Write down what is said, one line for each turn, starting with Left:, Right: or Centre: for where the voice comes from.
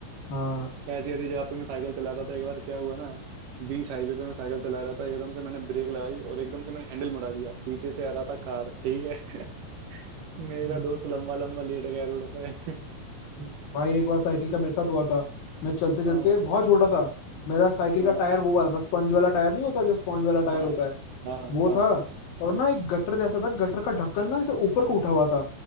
Left: हाँ
Right: ऐसी ऐसी जगह पे मैं साइकिल चलाता था एक बार क्या हुआ ना बीच हाईवे पे मैं साइकिल चला रहा था एकदम से मैंने ब्रेक लगाई और एकदम से मैंने हैंडल मुड़ा दिया पीछे से आ रहा था कार ठीक है <laughs> मेरा
Left: हम्म,
Right: दोस्त लंबा लंबा लेट गया रोड पे <laughs>
Left: हम्म। भाई एक बार साइकिल का मेरे साथ हुआ था मैं चलते चलते
Right: हाँ
Left: बहुत छोटा था मेरा साइकिल
Right: हाँ
Left: का टायर वो वाला था स्पंज वाला टायर नहीं होता जो स्पंज वाला टायर
Right: हाँ
Left: होता है
Right: हाँ
Left: वो
Right: हाँ
Left: था और ना एक गटर जैसा था गटर का ढक्कन ना ऐसे ऊपर को उठा हुआ था